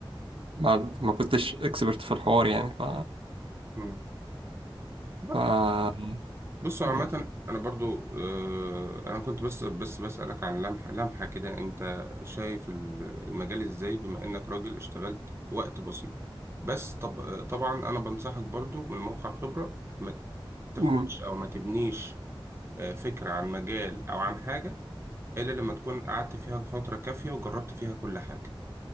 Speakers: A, on the right (about 80°); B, on the right (about 30°).
A: ما ما كنتش اكسبرت في الحوار يعني ف
B: مم. لا
A: ف
B: بصوا
A: خلاص.
B: عامة أنا برضو آه أنا كنت بس بس بسألك عن لمحة لمحة كده أنت شايف ال- المجال إزاي بما إنك راجل اشتغلت وقت بسيط بس طب آه، طبعا أنا بنصحك برضو من موقع خبرة ما تاخدش
A: مم.
B: او ما تبنيش آه، فكرة عن مجال او عن حاجة الا لما تكون قعدت فيها فترة كافية وجربت فيها كل حاجة